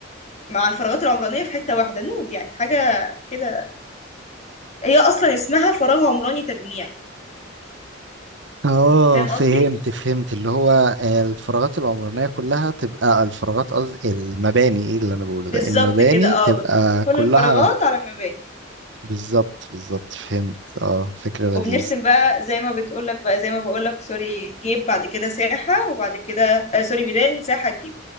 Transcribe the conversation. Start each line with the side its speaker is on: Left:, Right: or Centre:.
Left: مع الفراغات العمرانية في حتة واحدة نود يعني حاجة كده هي أصلا اسمها فراغ عمراني تجميعي
Right: اه
Left: فاهم
Right: فهمت
Left: قصدي؟
Right: فهمت اللي هو آه، الفراغات العمرانية كلها تبقى الفراغات قصدي المباني ايه اللي انا بقوله ده
Left: بالظبط
Right: المباني
Left: كده اه
Right: تبقى
Left: بنحط كل
Right: كلها
Left: الفراغات على المباني
Right: بالظبط بالظبط فهمت اه فكرة لذيذة
Left: وبنرسم بقى زي ما بتقولك بقى زي ما بقولك سوري جيب بعد كده ساحة وبعد كده آه سوري ميدان ساحة جيب